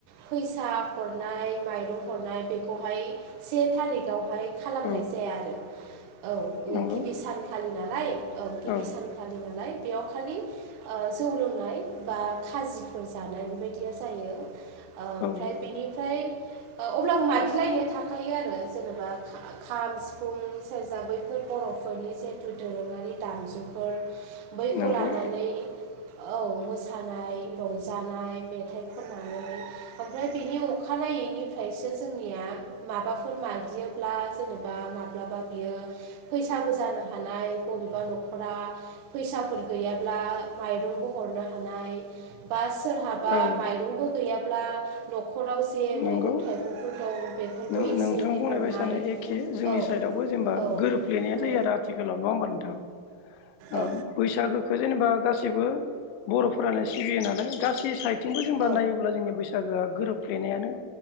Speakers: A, on the right; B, on the left.
A: फैसा हरनाय माइरं हरनाय बेखौहाय से थारिखावहाय खालामनाय
B: औ
A: जाया आरो औ ओ
B: नंगौ
A: गिबि सानखालि नालाय औ गिबि
B: औ
A: सानखालि नाला लाय बेयाव खालि ओ जौ लोंनाय बा खाजिफोर जानाय बेबायदिया जायो ओ ओमफ्राय
B: औ
A: बेनिफ्राय ओ अब्लाबो मागिलायनाया थाखायो आरो जेनेबा खा खाम सिफुं सेरजा बैफोर बर'फोरनि जिहेथु दोरोङारि दामजुफोर बैखौ
B: नंगौ
A: लानानै औ मोसानाय रंजानाय मेथाइ खननानै ओमफ्राय बिनि अखाना यै निफ्रायसो जोंनिया माबाफोर मागियोब्ला जेनेबा माब्लाबा बियो फैसाबो जानो हानाय बबेबा न'खरा फैसाफोर गैयाब्ला माइरंबो हरनो हानाय बा सोरहाबा
B: औ
A: माइरंबो गैयाब्ला न'ख खराव जे मैगं
B: नंगौ
A: थाइगंफोर दं बेफोरखौ
B: नों
A: एसे
B: नोंथां
A: एनै
B: बुंनाय
A: हरनाय
B: बायसानो एखे जोंनि
A: औ
B: साइडआवबो जेनेबा
A: औ
B: गोरोबफ्लेनाया जायो
A: औ
B: आरो आथिखालाव नङा होमबा नोंथां ओ
A: औ
B: बैसागोखौ जेनेबा गासिबो बर'फोरानो सिबियो नालाय गासै सायेदथिंबो जेनबा
A: औ
B: नायोब्ला जोंनि बैसागुआ गोरोब फ्लेनायानो